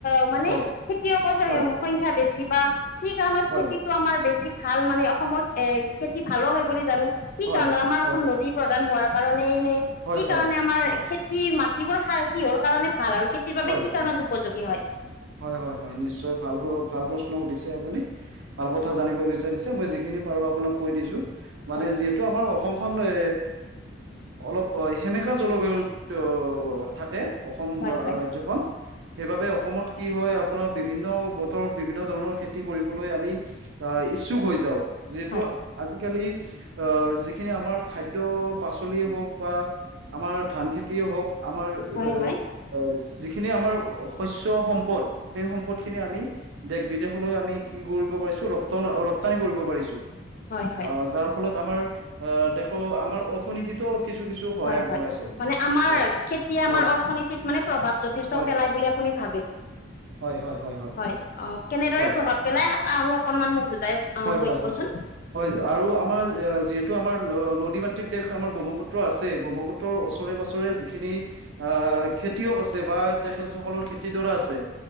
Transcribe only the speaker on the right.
হয়
হয়
হয়
হয়
হয় হয়
হয়
হয়
হয়
হয়
হয়
হয়, হয়হয় নিশ্চয় ভাল <unintelligible> ভাল প্ৰশ্ন উঠিছে আপুনি ভাল কথা
জানিব বিচাৰিছে ত'মই যিখিনি পাৰো আপোনাক কৈ দিছো মানে
যিহেতু আমাৰ অসমখন এ অলপ সেমেকা জলবায়ুত অ'থাকে অসম
ৰাজ্যখন সেইবাবে অসমত কি হয় আপোনাৰ বিভিন্ন বতৰত বিভিন্ন ধৰণৰ খেতি কৰিবলৈ আমি অ', ইচ্ছুক হৈ যাওঁ। যিহেতু
আজিকালি আহ্ যিখিনি আমাৰ খাদ্য শাক-পাচলিয়ে হওঁক বা আমাৰ ধান খেতিয়ে হওঁক, আমাৰ
এ অ', যিখিনি আমাৰ শস্য সম্পদ সেই সম্পদ খিনি আমি দেশ-বিদেশলৈ আমি কি কৰিব পাৰিছোঁ! ৰপ্ত ৰপ্তানি কৰিব পাৰিছোঁ।
অ' যাৰ ফলত আমাৰ আহ্ দেশৰ আমাৰ অৰ্থনীতিতো কিছু কিছু সহায়
আগবঢ়াইছে
হয়
হয়
হয়
হয় হয় হয়।
হয়
হয়
হয়
হয় হয় আৰু আমাৰ যিহেতু আমাৰ নদী মাতৃক দেশ, আমাৰ ব্ৰহ্মপুত্ৰ আছে। ব্ৰহ্মপুত্ৰ তোৰ ওচৰে-পাজৰে যিখিনি অ' খেতিয়ক আছে বা তেখেত সকলৰ খেতিডৰা আছে,